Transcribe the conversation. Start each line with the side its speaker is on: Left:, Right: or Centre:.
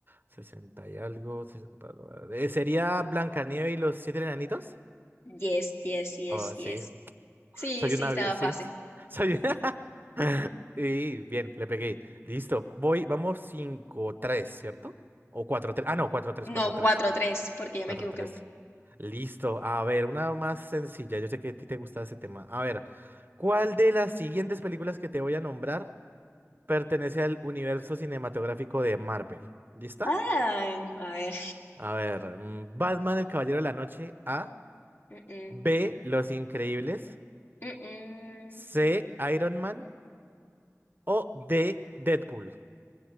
Right: 60 y algo. 60 eh, ¿Sería Blancanieves y los siete enanitos?
Left: Yes, yes, yes,
Right: Oh,
Left: yes.
Right: sí.
Left: Sí,
Right: Soy
Left: sí,
Right: una...
Left: estaba
Right: vi- Sí.
Left: fácil.
Right: Soy... <laughs> Y bien, le pegué. Listo. Voy, vamos cinco tres, ¿cierto? O cuatro tres. Ah, no, cuatro tres,
Left: No,
Right: cuatro tres.
Left: cuatro tres porque ya me
Right: Mata
Left: equivoqué.
Right: tres. Listo. A ver, una más sencilla. Yo sé que a ti te gusta ese tema. A ver, ¿cuál de las siguientes películas que te voy a nombrar pertenece al universo cinematográfico de Marvel? ¿Lista?
Left: Ah, a ver.
Right: A ver, mm, Batman, el Caballero de la Noche, A.
Left: Mm, mm,
Right: B, Los Increíbles.
Left: mm, mm.
Right: C, Iron Man. O D, Deadpool.